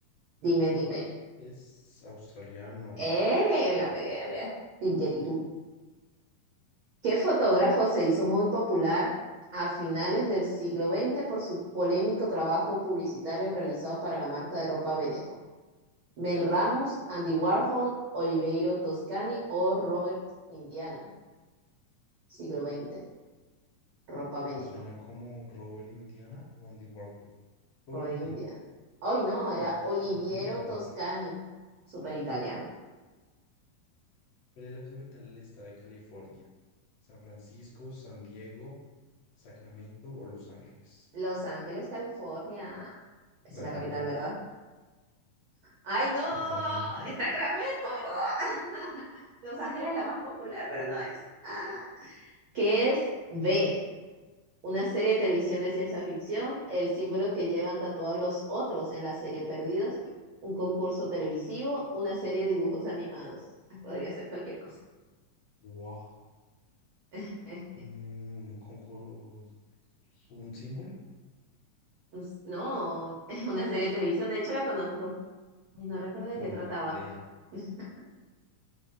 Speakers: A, on the right (about 80°); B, on the left (about 65°).
A: Dime, dime.
B: Es australiano.
A: ¡Eh! La pegué, a ver. Didgeridoo. ¿Qué fotógrafo se hizo muy popular a finales del siglo XX por su polémico trabajo publicitario realizado para la marca de ropa Veneto? ¿Mel Ramos, Andy Warhol, Oliveiro Toscani o Robert Indiana? Siglo XX, ropa Veneto,
B: Me suena como Robert Indiana o Andy Warhol. Robert
A: Robert
B: Indiana.
A: Indiana. Ay no,
B: Bueno,
A: era Oliviero
B: ni uno ni el
A: Toscani,
B: otro.
A: súper italiano.
B: ¿Cuál es la capital del estado de California? San Francisco, San Diego, Sacramento o Los Ángeles.
A: Los Ángeles, California, esa
B: Claramente.
A: es la capital, ¿verdad? Ay, no,
B: ¿Sacramento?
A: es Sacramento, ¿verdad? <laughs> Los Ángeles es la más popular, pero no es. Ah, ¿qué es B? Una serie de televisión de ciencia ficción, el símbolo que llevan tatuados los otros en la serie Perdidos, un concurso televisivo, una serie de dibujos animados. <laughs> Podría ser cualquier cosa.
B: Wow.
A: <laughs>
B: Mm, con, co- un símbolo,
A: Pues, No, es una serie de televisión, de hecho la conozco. Ay, no recuerdo de qué
B: ni
A: trataba.
B: idea.
A: <laughs>